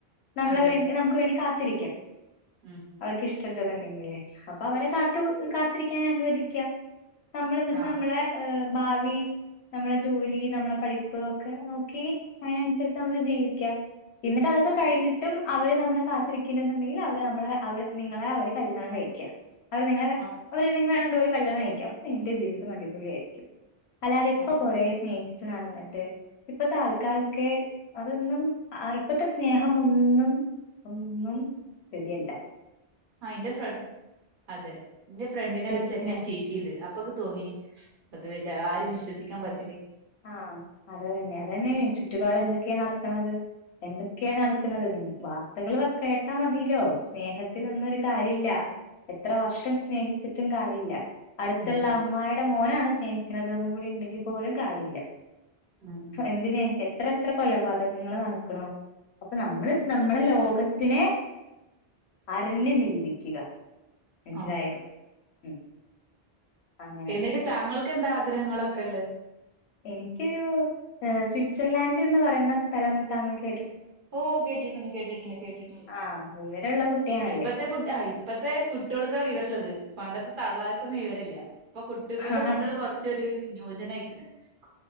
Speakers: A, on the left (about 85°); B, on the right (about 55°).
A: നമ്മളെ
B: അതെ
A: വേണ്ടി
B: അതെ
A: നമുക്ക് വേണ്ടി കാത്തിരിക്കും.
B: ഉം
A: അവര്ക്കിഷ് റ്റ്ണ്ട്ന്നെന്റെങ്കിലേ പണ്ടണ്ടെങ്കേ അപ്പൊ അവരെ കാത് വ് കാത്തിരിക്കാൻ അനുവദിക്ക. നമ്മളന്നിട്ട്
B: ആഹ്
A: നമ്മളെ ഏഹ് ഭാവി നമ്മളെ ജോലി നമ്മളെ പഠിപ്പ് ഒക്കെ നോക്കി അയിനൻസരിച്ചമ്മള് ജീവിക്ക. എന്നിട്ട് അതൊക്കെ കഴിഞ്ഞിട്ടും അവര് നമ്മളെ കാത്തിരിക്ക്ണ്ട്ന്ന്ണ്ടെങ്കിൽ അവരെ അമ്മളെ അവർ നിങ്ങളെ അവര് കല്യാണം കഴിക്ക. അവര് നിങ്ങളെ ഹെ
B: ആഹ്
A: അവര് നിങ്ങ കല്യാണം അ നിന്റെ ജീവിതം അടിപൊളിയ ആരിക്കും അല്ലാതെ ഇപ്പൊ
B: ആഹ്
A: കൊറേ സ്നേഹിച്ച് നടന്നിട്ട് ഇപ്പത്തെ ആൾക്കാർക്ക് അതൊന്നും ഇപ്പത്തെ സ്നേഹമൊന്നും ഒന്നും റെഡിയല്ല
B: ആ എന്റെ ഫ്ര അതെ എന്റെ ഫ്രണ്ടിനെ
A: തെറ്റിന്
B: ഒരു ചെക്കൻ ചീറ്റ് ചെയ്ത് ഇപ്പൊക്കെ തോന്നി അത് വല്ല ആരും വിശ്വസിക്കാൻ പറ്റ
A: ആഹ അത തന്നെ അതന്നെ ചുറ്റുപാട് ക്കെയ നടക്കുന്നത് എന്തൊക്കെയാ നടക്കുന്നത് നീ വാർത്തകൾ കേട്ടാ മതിലോ സ്നേഹത്തിൽൊന്നും ഒരു കാര്യ ഇില്ല എത്ര വർഷം സ്നേഹിച്ചിട്ടും കാര്യമില്ല അടുത്തുള്ള
B: ഉം
A: അമ്മായിയുടെ മോനാണ് സ്നേഹിക്കുന്നതെന്ന് കൂടി ഉണ്ടെങ്കിൽ പോലും കാര്യം ഇല്ല
B: ഉം
A: എന്തിനെ എത്ര എത്ര കൊലപാതകങ്ങൾ നടക്ക്ണ് അപ്പൊ നമ്മള് നമ്മളെ ലോകത്തിനെ അറിഞ്ഞഞ് ജീവിക്കുക മനസ്സിലായോ
B: ആ
A: ഉം അങ്ങനെയൊക്കെ
B: എന്നിട്ട് താങ്കൾക്ക് എന്താ ഗ്രഹങ്ങളൊക്കെ ഉള്ള
A: എനിക്കൊരു സ്വിറ്റ്സർലാൻഡ് എന്ന് പറയുന്ന സ്ഥലം താങ്കൾക്ക്
B: ഓ കേട്ടിട്ടുണ്ട് കേട്ടിട്ടുണ്ട് കേട്ടിട്ടുണ്ട്
A: ആഹ് വിവരള്ള കുട്ടിയാണല്ലേ
B: ഇപ്പത്തെ കുട്ട ഇപ്പത്തെ കുട്ടികൾക്കാണ് വിവര ഉള്ളത് പണ്ടത്തെ തള്ളാര്കൊന്നും വിവരല്ല ഇപ്പൊ കുട്ട ഇപ്പഴത്തെ
A: ആണോ
B: കുട്ടികള് കൊറച്ചൊരുന്യൂജനായി ഉ <unintelligible>